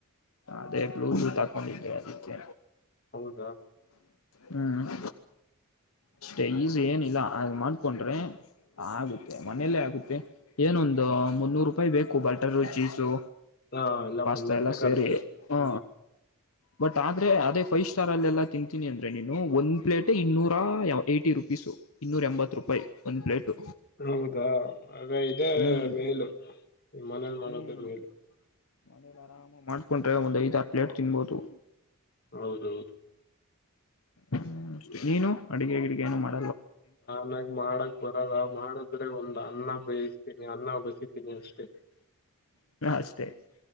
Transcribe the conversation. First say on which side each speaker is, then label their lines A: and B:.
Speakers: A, on the left; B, on the left.
A: ಅದೇ ಬ್ಲೂ ಟೂತ್ ಆಕೊಂಡಿದ್ದೇ ಅದಕ್ಕೆ.
B: ಹೌದಾ
A: ಹ್ಮ ಹ್ಮ. ಅಸ್ಟ ಈಸ್ಏನ. ಇಲ್ಲ ಅದ್ ಮಾಡ್ಕೊಂಡ್ರೆ. ಆಗುತ್ತೆ ಮನೇಲ್ಲೇ ಆಗುತ್ತೆ ಏನೊಂದು ಮುನ್ನೂರು ರೂಪಾಯಿ ಬೇಕು ಬಟರು ಚೀಸು.
B: ಹಾ ಎಲ್ಲ
A: ಪಾಸ್ತಾ
B: ಮುನ್ನೂರು
A: ಎಲ್ಲಾ
B: ರೂಪಾಯಿ ಖರ್ಚು
A: ಸೇರಿ ಹಾ.
B: ಹ್ಮ್
A: ಬಟ್ ಆದ್ರೆ ಅದೇ ಫೈವ್ ಸ್ಟಾರ್ ಅಲ್ಲ ಎಲ್ಲಾ ತಿಂತೀನಿ ಅಂದ್ರೆ ನೀನು ಒಂದ್ ಪ್ಲೇಟ್ ಇನ್ನೂರ. ಏಯ್ಟಿ ರುಪೀಸು ಇನ್ನೂರ ಎಂಬತ್ತು ರೂಪಾಯಿ ಒಂದು ಪ್ಲೇಟು.
B: ಹೌದಾ ಆಗ ಇದೇ
A: ಹ್ಮ್
B: ಮೇಲು ಮನೇಲಿ ಮಾಡದೆ
A: ಹ್ಮ್
B: ಮೇಲು.
A: ಮನೇಲಿ ಆರಾಮ ಮಾಡ್ಕೊಂಡ್ರೆ ಒಂದ್ ಐದಾರು ಪ್ಲೇಟ್ ತಿನ್ಬೋದು.
B: ಹೌದೌದು.
A: ಹ್ಮ ಅಷ್ಟೆ ನೀನು ಅಡಗೆ ಗಿಡಿಗೆ ಏನು ಮಾಡ
B: ನನ್ಗ ಮಾಡಕ್ ಬರಲ್ಲ ಮಾಡದ್ರೆ ಒಂದ ಅನ್ನ ಬಯಸ್ತೀನಿ ಅನ್ನ ಬಸ್. <unintelligible> ಅಷ್ಟೇ
A: ಅಷ್ಟೇ